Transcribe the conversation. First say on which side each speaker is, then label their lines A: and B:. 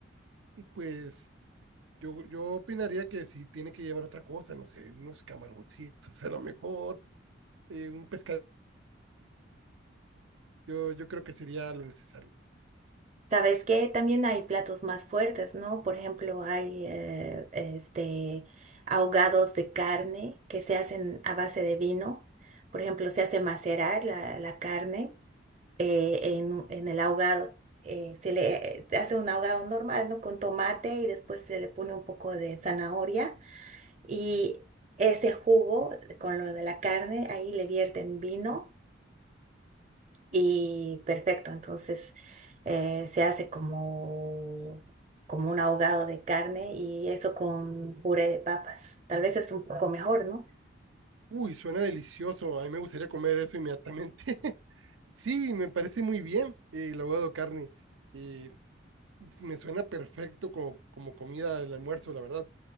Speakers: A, on the right; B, on the right.
A: y pues yo, yo opinaría que si tiene que llevar otra cosa, no sé, unos camaroncitos a lo mejor, eh, un pescado, yo, yo creo que sería lo necesario.
B: Sabes que también hay platos más fuertes, ¿no? Por ejemplo, hay eh, este ahogados de carne que se hacen a base de vino. Por ejemplo, se hace macerar la, la carne eh, en, en el ahogado. eh, se le se hace un ahogado normal, ¿no? Con tomate y después se le pone un poco de zanahoria y ese jugo con lo de la carne, ahí le vierten vino y perfecto, entonces eh, se hace como, como un ahogado de carne y eso con puré de papas. Tal vez es un poco mejor, ¿no?
A: Uy, suena delicioso, a mí me gustaría comer eso inmediatamente. <laughs> Sí, me parece muy bien eh, el ahogado carne. eh, me suena perfecto como, como comida del almuerzo, la verdad.